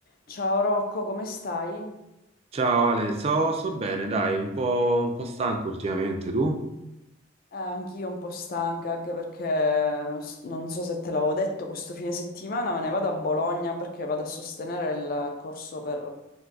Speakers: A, on the left; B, on the right.
A: Ciao Rocco, come stai?
B: Ciao Ale, so, so bene, dai, un po', un po' stanco ultimamente, tu?
A: Eh, anch'io un po' stanca, anche perché s- non so se te l'avevo detto, questo fine settimana me ne vado a Bologna perché vado a sostenere il corso per,